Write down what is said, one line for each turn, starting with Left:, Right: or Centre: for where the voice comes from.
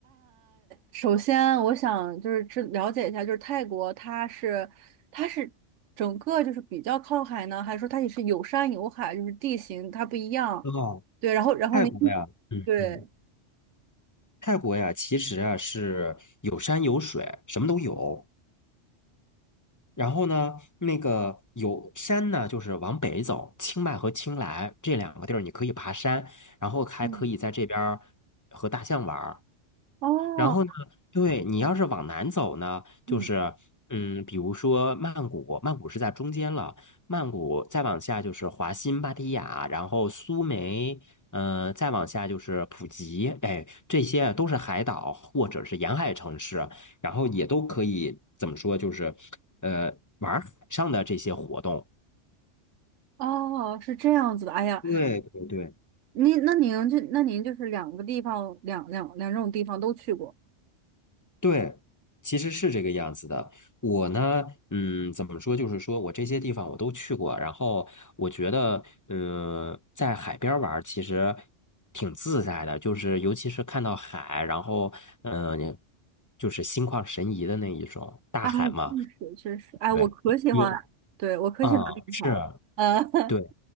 Right: 首先，我想就是知了解一下，就是泰国它是它是整个就是比较靠海呢，还是说它也是有山有海，就是地形它不一样？
Left: 哦，
Right: 对，然后然后您
Left: 泰国呀，嗯嗯，
Right: 对，
Left: 泰国呀，其实啊是有山有水，什么都有。然后呢，那个有山呢，就是往北走，清迈和清莱这两个地儿，你可以爬山，然后还可以在这边儿
Right: 嗯，
Left: 和大象玩儿。
Right: 哦，
Left: 然后呢，对你要是往南走呢，
Right: 嗯，
Left: 就是嗯，比如说曼谷，曼谷是在中间了，曼谷再往下就是华欣、芭堤雅，然后苏梅，嗯、再往下就是普吉，哎，这些都是海岛或者是沿海城市，然后也都可以怎么说，就是呃玩儿海上的这些活动。
Right: 哦，是这样子的。哎呀，
Left: 对对对，
Right: 您那您就那您就是两个地方两两两种地方都去过。
Left: 对，其实是这个样子的。我呢，嗯，怎么说，就是说我这些地方我都去过，然后我觉得，嗯、在海边儿玩儿其实挺自在的，就是尤其是看到海，然后，嗯、就是心旷神怡的那一种，大海嘛，
Right: 哎，确实确实，哎，
Left: 对，
Right: 我可喜欢，
Left: 有
Right: 对，我可喜欢这个海了。
Left: 啊，是啊。
Right: 嗯，<laughs>
Left: 对。